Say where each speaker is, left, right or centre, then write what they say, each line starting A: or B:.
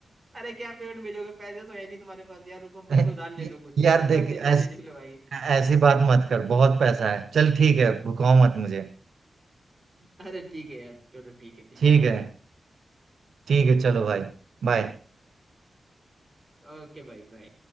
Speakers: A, on the right; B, on the right.
A: अरे क्या पेमेंट भेजोगे पैसे तो है नहीं तुम्हारे पास यार रुको
B: <laughs>
A: मुझसे उधार ले लो कुछ
B: यार
A: <laughs> क्या
B: देख ऐस,
A: पेमेंट भेजोगे भाई
B: ऐसी बात मत कर बहुत पैसा है चल ठीक है भुकाओ मत मुझे
A: अरे ठीक है यार चलो ठीक है ठीक
B: ठीक है ठीक है चलो भाई बाय
A: है ओके भाई बाय